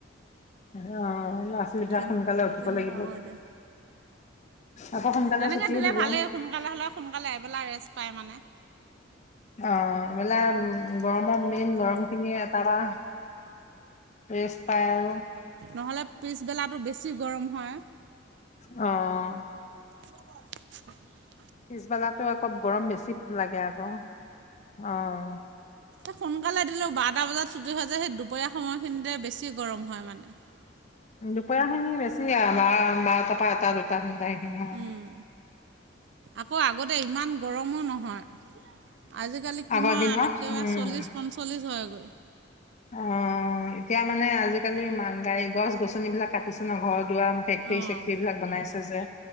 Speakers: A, on the left; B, on the right.
A: অ ল'ৰা ছোৱালীবিলাক
B: তেনে
A: সোনকালে উঠিব
B: তেনেকুৱা
A: লাগিব
B: আকৌ আক এতিয়া,
A: আকৌ সোনকালে
B: তেনেকৈ
A: ছুটিও
B: দিলে
A: দিব
B: ভালেই
A: অ
B: সোনকালে হ'লে সোনকালে আহিব লাগে পায় মানে
A: অ এইবেলা গৰমৰ মেইন গৰমখিনি ৰেস্ট পায় আৰু
B: নহ'লে পিছবেলাটো বেছি গৰম হয়।
A: অঁ
B: <unintelligible>
A: পিছবেলাতো আকৌ গৰম বেছি লাগে আক। অঁ
B: এ সোনকালে দিলেও বাৰটা বজাত চুজি হয় যে সেই দুপৰীয়া সময়খিনিতে বেছি গৰম হয় মানে
A: দুপৰীয়া খিনি বেছি আৰু ব বাৰ তা পৰা এটা দুটা সেইখিনি সময়।
B: উম, আকৌ আগতে ইমান গৰমো নহয় আজিকালি কিমান
A: আগৰ দিনত
B: একেবাৰে
A: উম
B: চল্লিশ পঞ্চল্লিশ হয়গৈ
A: অ এতিয়া মানে আজিকালি গাড়ী, গছ গছনিবিলাক কাটিছে ন ঘৰত ফেক্টৰী
B: অঁ
A: ছেক্টৰী বিলাক বনাইছে হৈছে